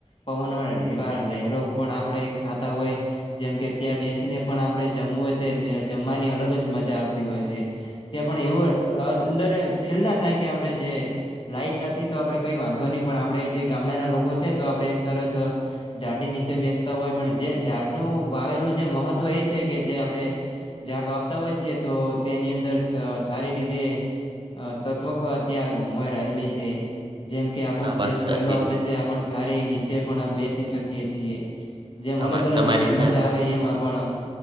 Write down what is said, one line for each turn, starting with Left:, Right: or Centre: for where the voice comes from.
Left: પવનો એવા લહેરો પણ આપણેે ખા ખાતા હોય જેમ કે ત્યાં બેસીને પણ આપણે જમવું હોય જમવાની અલગ જ મજા આવતી હોય છે. ત્યા પણ એવું અંદર ફીલ ના થાય કે આપડે જે લાઈટ નથી તો આપણે કઈ વાંધો નહી પણ આપણે જે ગામડાના લોકો છે તો આપણે સરસ ઝાડ ની નીચે બેસતા હોય. પણ જે ઝાડનું વાવેલું જે મહત્વ એ છે કે જે આપણે ઝાડ વાવતા હોય છીએ તો તેની અંદર સ સારી રીતે અ તત્વક અત્યાં મોય રહેલી છે. જેમ કે આપણ
Right: હા વાત
Left: જે સોયલો
Right: સાચી
Left: આપે છે આપણ સારી નીચે પણ બેસી શકીએ છીએ. જેમ
Right: હા
Left: અલગ
Right: વાત
Left: અલગ
Right: તમારી
Left: રીતે મજા
Right: સાચી
Left: આવે એમ આપણ